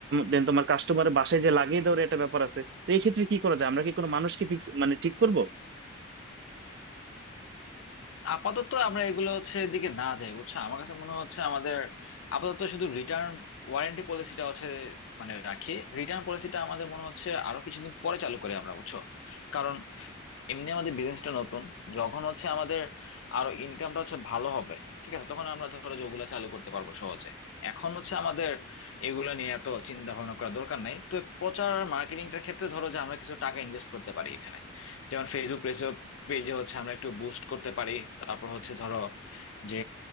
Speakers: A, on the right; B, on the left.
A: দেন তোমার কাস্টমারের বাসায় যে লাগিয়ে দেওয়ার একটা ব্যাপার আছে তো এক্ষেত্রে কি করা যায় আমরা কি কোনো মানুষকে ফিক্স মানে ঠিক করব
B: আপাতত আমরা এগুলো হচ্ছে এদিকে না যাই বুঝছো আমার কাছে মনে হচ্ছে আমাদের আপাতত শুধু রিটার্ন ওয়ারেন্টি পলিসিটা হচ্ছে মানে রাখি রিটার্ন পলিসিটা আমাদের মনে হচ্ছে আরো কিছুদিন পরে চালু করি আমরা বুঝছো কারণ এমনি আমাদের বিজনেসটা নতুন যখন হচ্ছে আমাদের আরো ইনকামটা হচ্ছে ভালো হবে ঠিক আছে তখন আমরা ধরো যে ওগুলা চালু করতে পারবো সহজে এখন হচ্ছে আমাদের এগুলো নিয়ে এত চিন্তা ভাবনা করার দরকার নাই তো প্রচার আর মার্কেটিংটার ক্ষেত্রে ধরো যে আমরা কিছু টাকা ইনভেস্ট করতে পারি এখানে যেমন ফেসবুক পেজে পেজে হচ্ছে আমরা একটু বুস্ট করতে পারি তারপর হচ্ছে ধরো যে